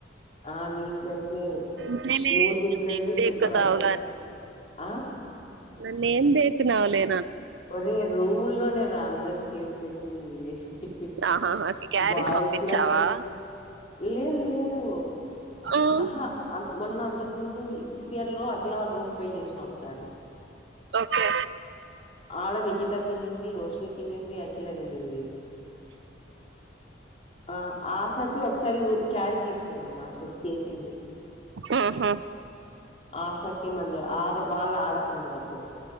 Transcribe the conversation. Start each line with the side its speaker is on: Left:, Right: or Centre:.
Left: ఆ నీకు పెట్టలేదు
Right: అంతేలే
Left: నువ్వు తినలేదు
Right: నన్నేం దేక్కుతావు
Left: సుప్రజ్ ఆ
Right: నానీ ఎమి ధేకినావ్ లే
Left: ఒరే రూముల్లోనే అందరికి చేసి చెస్పెటింధి
Right: ఆహాహా క్యారీస్
Left: బాయ్స్లా
Right: పంపించావా
Left: లేదు లేదు
Right: ఉమ్
Left: ఆహా అన్ మొన్న అంతక్ ముందు ఈ సిక్స్త్ ఇయర్ లో అట్ ట్లా రూపై జేసిన ఒకసారి
Right: ఓకే
Left: ఆడ నికి త తినింది రోషిని తినింది అఖిలా తినిన్ ది ఆ ఆశ కి ఒక్స్ <unintelligible> క్యారీ తీసుకెళ్ళమ్ ఆశకి సింది
Right: ఆహా
Left: ఆశకీ మంజు ఆడ వాళ్ళు ఆడ తిన్నారు అప్పుడు